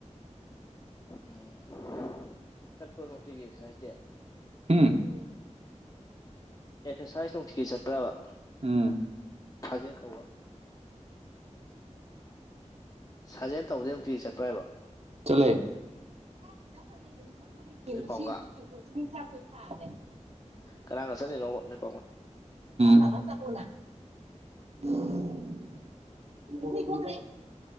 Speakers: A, on the left; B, on the right.
A: ꯎꯝ ꯆꯠꯄꯃꯨꯛꯇꯤ ꯌꯦꯛꯁ ꯁꯥꯏꯇꯦ
B: ꯎꯝ
A: ꯑꯦꯁꯔꯁꯥꯏ ꯇꯛ ꯊꯀꯦ ꯆꯦ ꯇꯕ
B: ꯎꯝ
A: ꯊꯥꯖꯦꯜ ꯇꯧꯕ ꯁꯥꯖꯦꯜ ꯇꯧꯕꯗꯩ ꯑꯃꯨꯛꯇꯤ ꯆꯠꯄ꯭ꯔ ꯍꯥꯏꯕ
B: ꯆꯠꯂꯦ ꯆꯥꯛ ꯈꯤꯇꯪꯈꯛ ꯂꯩꯗ ꯆꯐꯨꯗ ꯌꯦꯡꯉꯨ
A: ꯅꯣꯏ ꯄꯥꯎꯒ
B: ꯁꯤ ꯇꯦꯡꯀꯣꯠꯁꯤ ꯆꯐꯨꯗ ꯇꯔꯦ
A: ꯀꯅꯥꯥꯡ ꯉꯁ ꯂꯩꯅꯣ <unintelligible>
B: ꯊ ꯆꯒꯣ <inaudible>